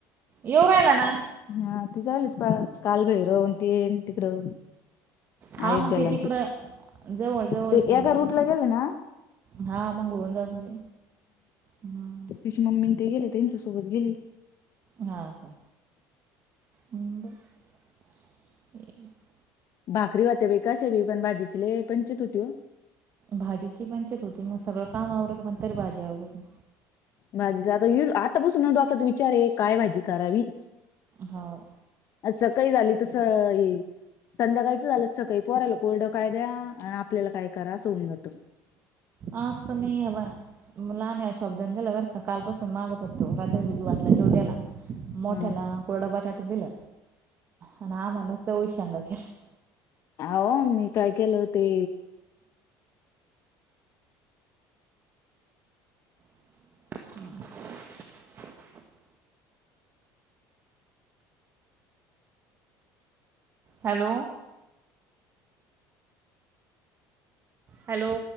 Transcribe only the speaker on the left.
हा ते जायेलेत का काल भैरव ते येन तिकडं. ह
एक
गेलांत
ते
एका
रूट ला गेले ना
तिची मम्मी ते गेले त्यांच्यासोबत गेले.
भाकरी होत्यात बाई कशाभी पण भाजीची लय पंचायत होती वो.
भाजीच आता आतापसून डोक्यात विचारे काय भाजी करावी.
असं काही झाली काही झाली तसं येईल. संध्याकाळचं झालं सकाळी पोरा आला कोर्डं कायद्या आपल्याला काय करा होऊन जातं.
हा
हो मी काय केलं ते.